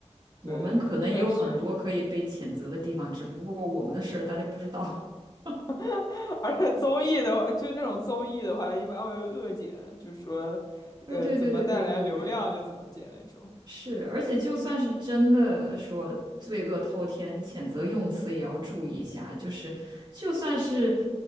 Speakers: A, on the left; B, on the right.
A: 对，
B: 我们可能也有很多可以被谴责的地方，
A: 确实，
B: 只不过我们的事儿大家不知道。<laughs>
A: <laughs> 而且综艺的话，就那种综艺的话，它一般会有恶剪，就是说，
B: 啊，
A: 呃，
B: 对对对对对，
A: 怎么带来流量就怎么剪那种。
B: 是，而且就算是真的说罪恶滔天，谴责用词也要注意一下。就是，就算是